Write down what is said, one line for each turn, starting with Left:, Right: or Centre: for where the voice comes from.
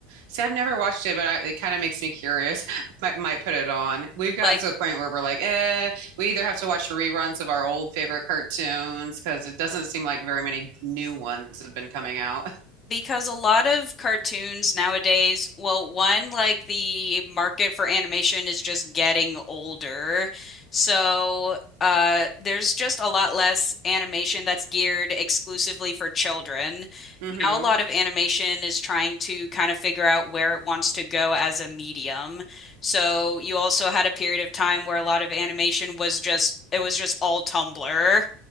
Right: See, I've never watched it, but I, it kind of makes me curious. <laughs> Might might put it on. We've gotten
Left: Like
Right: to the point where we're like, eh, we either have to watch reruns of our old favorite cartoons because it doesn't seem like very many new ones have been coming out.
Left: Because a lot of cartoons nowadays, well, one, like the market for animation is just getting older. So, uh, there's just a lot less animation that's geared exclusively for children.
Right: <laughs> hmm
Left: Now, a lot of animation is trying to kind of figure out where it wants to go as a medium. So, you also had a period of time where a lot of animation was just, it was just all Tumblr.